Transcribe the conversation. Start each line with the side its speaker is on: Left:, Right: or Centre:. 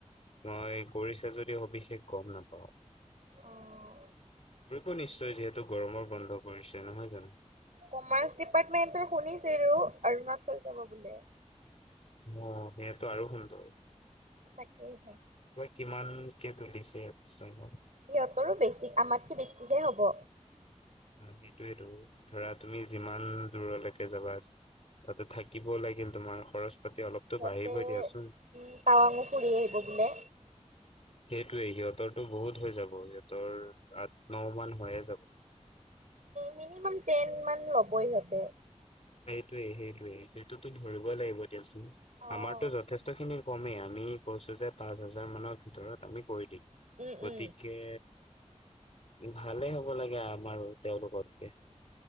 Left: মই কৰিছে যদি সবিশেষ গম নাপাওঁ।
Right: আহ।
Left: টো নিশ্চয় যিহেতু গৰমৰ বন্ধ পৰিছে নহয় জানো।
Right: কমাৰ্চ ডিপাৰ্টমেন্টৰ শুনিছিলো, অৰুণাচল যাব বোলে।
Left: অ সেইয়াটো আৰু সুন্দৰ
Right: তাকেইহে
Left: কিমানকে তুলিছে চব,?
Right: সিহঁতৰো বেছি আমাতকে বেছিহে হব।
Left: সেইটোয়েটো ধৰা তুমি যিমান দূৰলৈকে যাবা। তাতে থাকিব লাগিল তোমাৰ খৰচ পাতি অলপতো
Right: সিহঁতে
Left: বাঢ়িবই
Right: উম
Left: দিয়াচোন।
Right: টাৱাঙ ফুৰি আহিব বোলে।
Left: সেইটোৱে সিহঁতৰটো বহুত হৈ যাব সিহঁতৰ আঠ ন মান হৈয়ে যাব।
Right: মিনিমাম টেন মান ল'ব সিহঁতে
Left: সেইটোৱেই সেইটোৱেই সেইটোতো ধৰিব লাগিব। দিয়া চোন।
Right: অঁ
Left: আমাৰতো যথেষ্ট খিনি কমেই আমি কৈছো যে পাঁচ হাজাৰ মানৰ ভিতৰত আমি কৰি দিম।
Right: উম
Left: গতিকে,
Right: উম।
Left: ভালে হ'ব ভাল হব লাগে আমাৰ তেওঁলোকতকে